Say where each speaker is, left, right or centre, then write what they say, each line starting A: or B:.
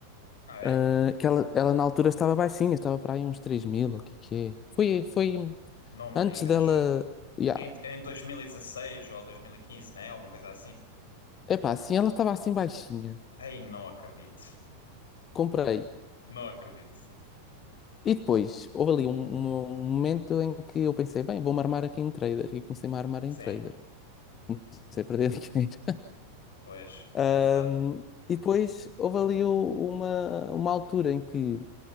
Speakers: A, on the left; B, on the left.
A: Ah,
B: ah,
A: é? Oh,
B: que ela, ela na altura estava baixinha, estava para aí uns 3 mil, o que que é? Foi, foi
A: não me
B: antes
A: digas.
B: dela, yeah.
A: Em, em 2016 ou 2015, né? Uma coisa assim.
B: Epá, assim, ela estava assim baixinha,
A: Ei, não acredito.
B: comprei.
A: Não acredito.
B: E depois, houve ali um, um um momento em que eu pensei, bem, vou-me armar aqui em trader. E comecei-me a armar
A: Sim,
B: em trader. Comecei a perder <laughs> dinheiro.
A: pois,
B: Ahm,
A: exato.
B: e depois, houve ali o- uma, uma altura em que